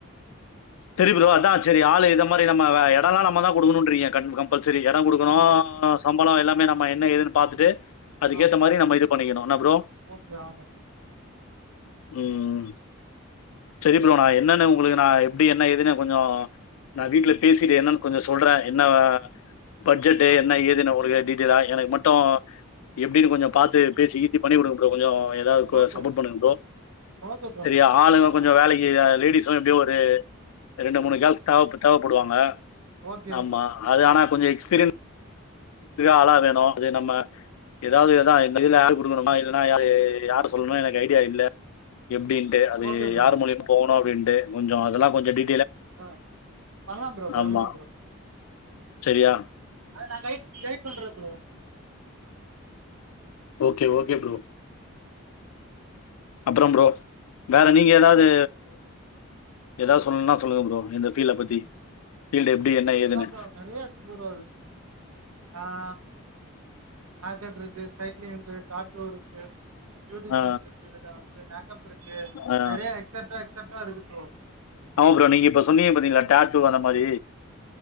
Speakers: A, on the left; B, on the right.
A: சரி ப்ரோ அதான் சரி ஆளு இத மாதிரி நம்ம எடல்லாம் நம்ம தான் கொடுக்கணும்றீங்க ப சரி இடம் கொடுக்கணும்
B: ஆமாம் ஆமாம்
A: சம்பளம் எல்லாம் நம்ம என்ன ஏதுன்னு பார்த்துட்டு அதுக்கேத்த
B: ஆமாம்
A: மாதிரி நம்ம இது பண்ணிக்கணும் ஏன ப்ரோ
B: ஓகே ஆமாம்
A: உம் சரி ப்ரோ நா என்னன்னு உங்களுக்கு நான் அப்படி என்ன எதுன கொஞ்சம் நான் வீட்டுல பேசிட்டு என்னன்னு கொஞ்சம் சொல்றேன் என்ன பட்ஜெட்டு
B: ஆ
A: என்ன ஏதுனு உங்களுக்கு டீட்டெயலா எனக்கு மட்டும் எப்படின்னு கொஞ்சம் பார்த்து பேசி ஈசி பண்ணி கொடுக்கம் கொஞ்சம் ஏதாவது
B: ஓகே
A: சப்போர்ட் பண்ணுங்கம்
B: ஓகே ப்ரோ
A: சரியா ஆளுங்க
B: பண்ணிடலாம்
A: கொஞ்சம்
B: ப்ரோ.
A: வேலைக்கு லேடிஸ்லாம் எப்படியோ ஒரு ரெண்டு மூணு கேள்ஸ் தேவை தேவைப்படுவாங்க
B: ஓகே
A: ஆமா அது ஆனா கொஞ்சம் எஸ்பீரியன்ஸ் ஆளா வேணும் அது நம்ம ஏதாவது ஏ மொதுல ஆள் கொடுக்கணோமா இல்ன்னாயரு யாரும் சொல்லணும் எனக்கு ஐடியா இல்ல எப்படின்ட்டு அது
B: ஓகே ப்ரோ
A: யார் மூலியம் போகனும் அப்பின்ட்டு கொஞ்சம் அதெல்லாம் கொஞ்சம் டி
B: ஆஹ் பண்ணலாம் ப்ரோ பண்ணலாம்
A: ஆமா
B: ப்ரோ
A: சரியா
B: அத நான் கைட் கைட் பண்றேன் ப்ரோ
A: ஓகே ஓகே ப்ரோ அப்புறம் ப்ரோ வேற நீங்க ஏதாவது ஏதாவது சொல்லணும்ன்னா சொல்லுங்க ப்ரோ இந்த ஃபீல் பத்தி ஃபீல்டு எப்படி என்ன ஏதுன்னு
B: ஆமாம் ப்ரோ நேறய இருக்கு ப்ரோ ஆஹ் ஆற்காடு ரிஜிஸ்ட் சைட்லயே வந்து டாட்டு இருச்சு பியூட்டிசன்
A: ஆ,
B: இருக்கு இதுல வந்து மேக்கப் இருக்கு
A: ஆ.
B: நெறைய எக்சட்ரா எக்சட் செட்டா இருக்கு ப்ரோ
A: ஆமா ப்ரோ நீங்க இப்ப சொன்னீங்க பாத்தீங்களா டாட்டு அந்த மாதிரி